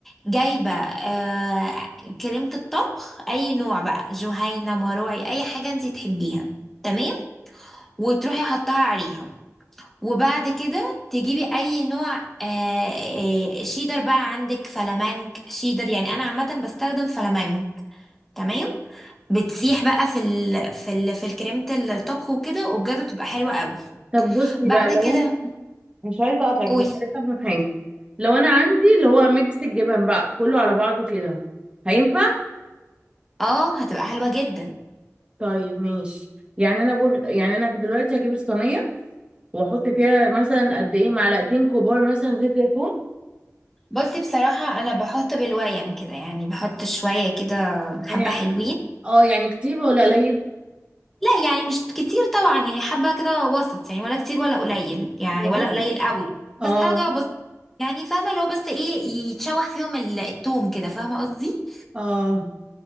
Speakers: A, in the centre; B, on the right.
A: جايبة آه، كريمة الطبخ أي نوع بقى جهينة مروعي أي حاجة انتي تحبيها تمام وتروحي حطها عليها وبعد كده تجيبي أي نوع آه، آه، شيدر بقى عندك فلامنك شيدر يعني أنا عامة بستخدم فلامنك تمام بتسيح بقى في ال... في ال... في الكريمة الطبخ وكده وبجد بتبقى حلوة قوي
B: طب بصي
A: بعد
B: بقى
A: كده
B: لو انا مش عايزه اقطعك
A: قولي
B: بس عايزه افهم حاجه لو انا عندي اللي هو ميكس الجبن بقى كله على بعضه كده هينفع
A: اه هتبقى حلوة جدا
B: طيب ماشي يعني انا بر... يعني انا دلوقتي هجيب الصينيه واحط فيها مثلا قد ايه معلقتين كبار مثلا زيت زيتون
A: بصي بصراحة أنا بحط بالويم كده يعني بحط شوية كده حبة
B: يعني
A: حلوين
B: اه يعني كتير ولا قليل
A: لا يعني مش كتير طبعا يعني حبة كده وسط يعني ولا كتير ولا قليل يعني
B: واحط
A: ولا قليل قوي بس
B: اه
A: حاجة بسيطة يعني فاهمة لو بس ايه يتشوح فيهم ال- التوم كده فاهمة قصدي
B: اه